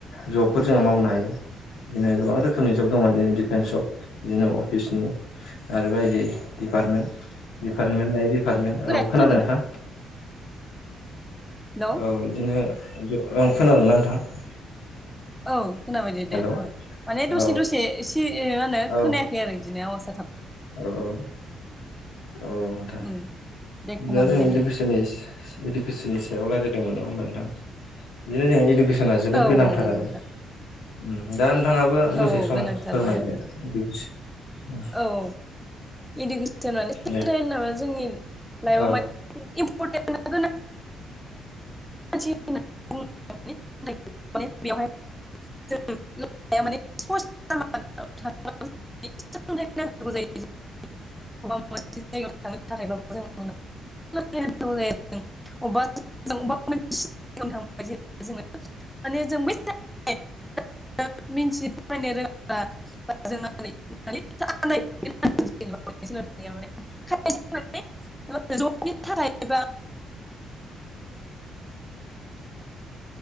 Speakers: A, on the left; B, in the centre.
A: जबफोर जोङो मावनो हायो। बिदिनो गोबां रोखोमनि जब दङ बिदिनो डिफेन्स जब बिदिनो अफिसनि आरो बायदि दिपार्टमेन्ट दिपार्टमेन्ट लायै डिपार्टमेन्ट
B: खोनायासै
A: औ। खोनादों
B: आं
A: नोंथां?
B: हेलौ
A: औ बिदिनो ओं खोनादोंना नोंथां?
B: औ खोनाबाय दे
A: हेलौ
B: दे खोनाबाय माने दसे
A: औ
B: दसे एसे मा होनो
A: औ
B: खोनायाखै आरो बिदिनो आवाज।
A: औ औ। औ नोंथां
B: थादों दे खोनाबाय
A: दा जों
B: दे
A: इडुकेसननि इडुकेसननि सायाव रायलायदोंमोन नङा होमबा नोंथां बिदिनो जों इडुकेसना जोबोद
B: औ
A: गोनांथार
B: औ नंगौ
A: आरो।
B: नोंथां
A: उम दा नोंथाङाबो दसे
B: औ औ
A: सम
B: गोनांथार
A: फोरमायदो
B: मानो
A: <unintelligible>
B: औ औ इडुकेसन माने सो
A: दे
B: <unintelligible> होनामा जोंनि लाइफआव
A: औ।
B: माने <unintelligible> <unintelligible> बेवहाय जों <unintelligible> सोलोंथाइखौ नांथारगौ जायो जोंनो बबेबा मोनसे जायगायाव थांनो थाखायबाबो जों <unintelligible> <unintelligible> <unintelligible> <unintelligible> <unintelligible> <unintelligible> <unintelligible>